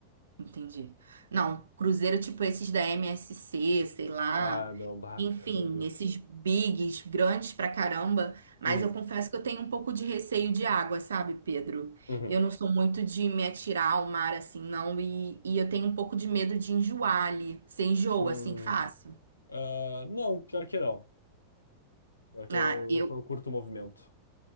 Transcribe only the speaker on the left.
Ah, não, bah,
pior que.
Uhum,
uhum,
uhum.
Ah, não, pior que não. Pior que
eu,
eu curto o movimento.